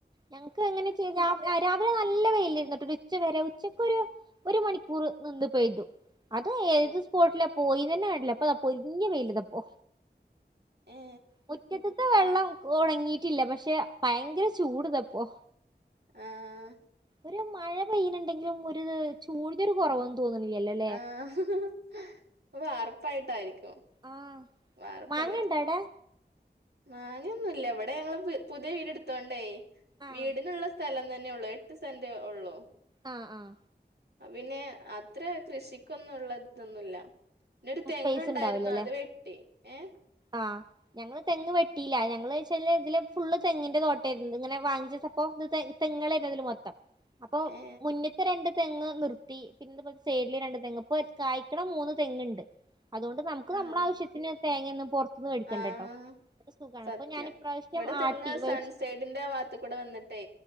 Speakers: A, on the right; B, on the right.
A: ഞങ്ങക്ക് എങ്ങനെ ച്ച് കഴിഞ്ഞാ രാവിലെ നല്ല വെയിലിരുന്നുട്ടോ ഒരു ഉച്ച വരെ ഉച്ചക്ക് ഒരു ഒരു മണിക്കൂർ നിന്ന് പെയ്തു അത് ഏത്
B: ഏ
A: സ്പോട്ടിലാ പോയിന്നന്നെ കണ്ടില്ലാ പ്പതാ പൊരിഞ്ഞ വെയില് താപ്പോ
B: ഏ
A: മുറ്റത്ത്ത്തെ വെള്ളം ഒണങ്ങിയിട്ടില്ല പക്ഷെ ഭയങ്കര ചൂട്തപ്പോ
B: ആഹ്
A: ഒരു മഴ പെയ്യ്ണ് ണ്ടെങ്കിലും ഒരു ചൂട്ന്റെ ഒര് കുറവൊ തോന്ന്ല്ലല്ലോ
B: ആഹ് അഹ് വാർപ്പായിട്ടായിരിക്കും
A: ആഹ്
B: വാർപ്പല്ലേ
A: മാങ്ങണ്ടാടേ
B: മാങ്ങയൊന്നുല്ല ഇവിടെ ഞങ്ങള് പുതിയ വീട് ടുത്തോണ്ടേ
A: ആഹ്
B: വീടിനുള്ള സ്ഥലം തന്നെയൊള്ളൂ എ ട്ട് സെന്റെ ഒള്ളൂ
A: ആഹ്ആഹ്
B: അപ്പ പിന്നെ അത്ര കൃഷിക്കൊന്നുള്ള ഇതൊന്നുല്ല പിന്നൊരു തെങ്ങുണ്ടായിരുന്നു
A: സ്പേസ് ഉണ്ടാവില്ലല്ലേ
B: അത് വെട്ടി ഏഹ്?
A: ആഹ് ഞങ്ങള് തെങ്ങ് വെട്ടിയില്ല ഞങ്ങളെ വെച്ചാല് ഇതില് ഫുള്ള് തെങ്ങിന്റെ തോട്ടായിരുന്നു ഇങ്ങനെ വാങ്ങിച്ചപ്പോ തെങ്ങളായിരുന്നു അതില് മൊത്തം അപ്പൊ
B: ഏ
A: മുന്നിത്തെ രണ്ട് തെങ്ങ് നിർത്തി <unintelligible> സെയ്ഡില് രണ്ട് തെങ്ങ് ഇപ്പൊ കായ്ക്ക്ണ മൂന്ന് തെങ്ങ്ണ്ട് അതോണ്ട് നമുക്ക്
B: ആഹ്
A: നമ്മളെ ആവശ്യത്തിന് തേങ്ങിയൊന്നും പൊറത്തുന്ന് വേടിക്കണ്ടെട്ടോ
B: ആഹ്
A: അതോണ്ട് സുഖാണ്
B: സത്യം
A: അപ്പൊ ഞാനിപ്രാവിശ്യം
B: ഇവിടെ തെങ്ങ്
A: ആട്ടി വെളിച്ചെണ്ണ
B: സൺസൈഡിന്റെ ആ ഭാഗത്ത് കൂടെ വന്നിട്ടേ